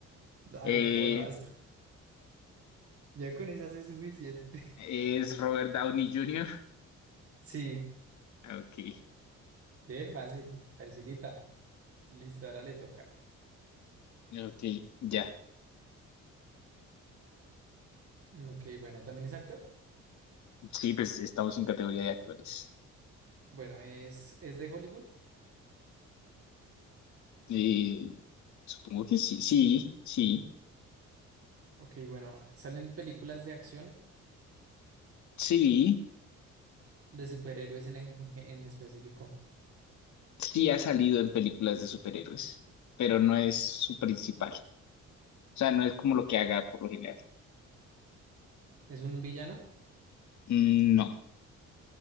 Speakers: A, on the right; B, on the left.
A: Ay,
B: Eh,
A: ¿cómo lo hace? Ya con esas es suficiente.
B: <laughs> es Robert Downey Jr.
A: <laughs> Sí.
B: Ok,
A: Sí, fácil, facilita. Listo, ahora le toca.
B: ok, ya.
A: Mm, Ok, bueno, ¿también es actor?
B: Sí, pues estamos en categoría de actores.
A: Bueno, es, es de Hollywood.
B: Eh, supongo que sí, sí, sí,
A: Ok, bueno, salen películas de acción
B: sí,
A: de superhéroes en, en- en específico.
B: sí ha salido en películas de superhéroes, pero no es su principal. O sea, no es como lo que haga por lo general.
A: ¿Es un villano?
B: No,